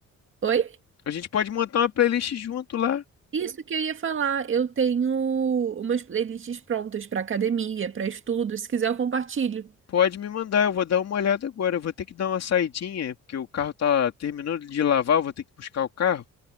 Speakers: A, on the right (about 45°); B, on the left (about 60°).
A: Oi?
B: A gente pode montar uma playlist junto lá.
A: Isso que eu ia falar, eu tenho umas playlists prontas para academia, para estudo, se quiser eu compartilho.
B: Pode me mandar, eu vou dar uma olhada agora. Eu vou ter que dar uma saidinha, porque o carro tá terminando de lavar, eu vou ter que buscar o carro.